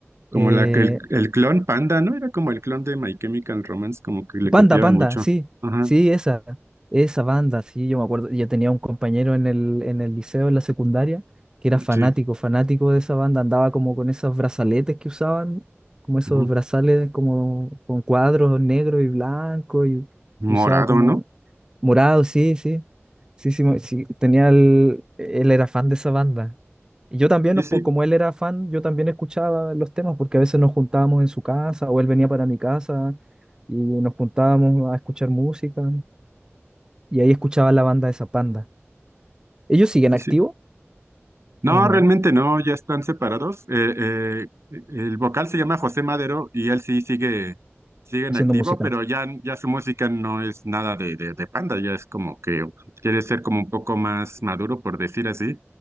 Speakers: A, on the right; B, on the right.
A: Como
B: Eh,
A: la, que el, el clon Panda, ¿no? Era como el clon de My Chemical Romance, como que le
B: Panda,
A: copiaban
B: Panda,
A: mucho.
B: sí,
A: Ajá,
B: sí, esa, esa banda, sí, yo me acuerdo, yo tenía un compañero en el, en el liceo, en la secundaria, que era fanático,
A: sí.
B: fanático de esa banda, andaba como con esos brazaletes que usaban, como esos
A: ujú.
B: brazales como con cuadros negro y blanco, y,
A: Morado,
B: y usaba como
A: ¿no?
B: morado, sí, sí, sí, sí, mo- sí, tenía el, él era fan de esa banda. Y yo también,
A: Sí,
B: ¿no?
A: sí,
B: por- como él era fan, yo también escuchaba los temas, porque a veces nos juntábamos en su casa, o él venía para mi casa y nos juntábamos a escuchar música y ahí escuchaba la banda de Zapanda. ¿Ellos siguen
A: sí,
B: activos
A: sí. No,
B: o no
A: realmente no, ya están separados. Eh, eh, el vocal se llama José Madero y él sí sigue, sigue en
B: haciendo
A: activo,
B: música?
A: pero ya, ya su música no es nada de, de, de Panda, ya es como que quiere ser como un poco más maduro, por decir así,